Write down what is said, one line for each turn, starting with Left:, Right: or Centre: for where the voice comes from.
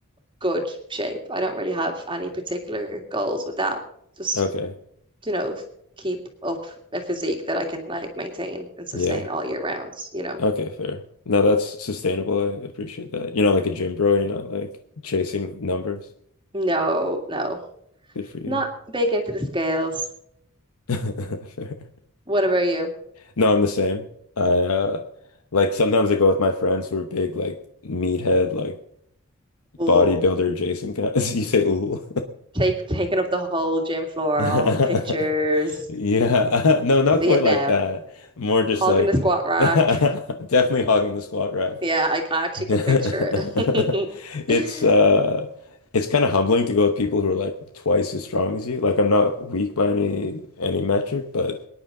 Right: good shape. I don't really have any particular goals with that. Just,
Left: Okay.
Right: you know, keep up a physique that I can like maintain and sustain
Left: Yeah.
Right: all year rounds, you know.
Left: Okay, fair. No, that's sustainable. I appreciate that. You're not like a gym bro, you're not like chasing numbers.
Right: No, no.
Left: Good for you.
Right: Not big into the scales.
Left: <laughs> Fair.
Right: What about you?
Left: No, I'm the same. I uh like sometimes I go with my friends who are big like meathead like
Right: Oh,
Left: bodybuilder Jason got <laughs> you say ooh.
Right: take taking up the whole gym floor,
Left: <laughs>
Right: all the pictures.
Left: Yeah. <laughs> No, not
Right: See
Left: quite
Right: it
Left: like
Right: now.
Left: that. More just
Right: Hogging
Left: like
Right: the squat
Left: <laughs>
Right: rack.
Left: definitely hogging the squat rack.
Right: Yeah, I, I actually
Left: <laughs>
Right: can picture it.
Left: It's
Right: <laughs>
Left: uh it's kind of humbling to go with people who are like twice as strong as you. Like I'm not weak by any any metric, but